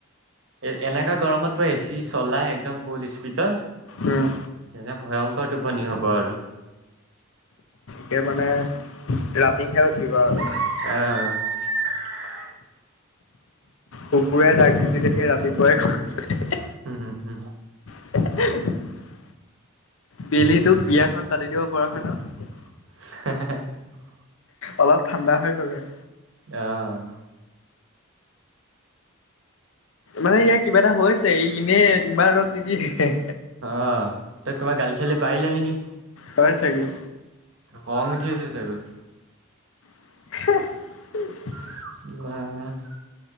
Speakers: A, on the right (about 60°); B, on the left (about 70°).
A: এ এনেকা গৰমত পৰা এচি চলাই একদম ফুল স্পীত যেনে
B: উম
A: ভয়ংকৰ টোপনি হ'ব আৰু।
B: সে মানে ৰাতি খাই উঠিবা আৰু।
A: <inaudible>
B: কুকুৰেই ডাক দি দিলে সি ৰাতিপুৱাই
A: হুম হুম হুম।
B: <inaudible> বেলি তোক বিয়াখন পাতি দিব পৰা হয় ন?
A: <unintelligible>
B: অলপ ঠাণ্ডা হৈ গ'ল হৈ।
A: অ',
B: মানে ইয়াৰ কিবা এটা হৈছে ই এনে ইমান ৰদ নিদিয়ে।
A: অ', তই <unintelligible> গালি চালি পাৰিলে নেকি?
B: হয় চাগে
A: খং উঠি আছে চাগৈ।
B: <inaudible>
A: <unintelligible>